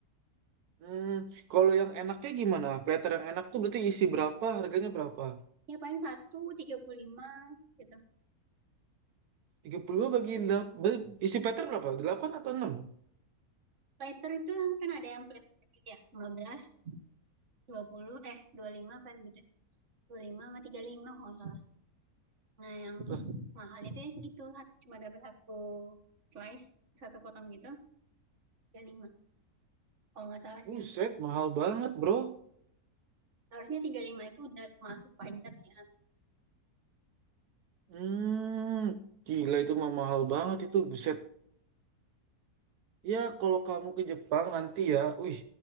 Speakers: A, on the right (about 80°); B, on the right (about 50°).
A: Hmm, kalau yang enaknya gimana? Platter yang enak tuh berarti isi berapa? Harganya berapa?
B: Ya paling satu 35 gitu.
A: 35 bagi delapan Isi platter berapa? delapan atau enam
B: Plater itu yang kan ada yang plater gitu ya. lima belas, dua puluh, eh 25 apa gitu. Dua lima sama tiga lima kalau nggak salah. Nah, yang
A: Lah,
B: mahalnya itu ya segitu. Cuma dapat satu slice, satu potong gitu, tiga lima. Kalau nggak salah
A: buset,
B: sih.
A: mahal banget, bro.
B: Harusnya 35 itu udah termasuk pajak ya.
A: Hmm, gila itu mah mahal banget itu, buset. Ya, kalau kamu ke Jepang nanti ya, wih,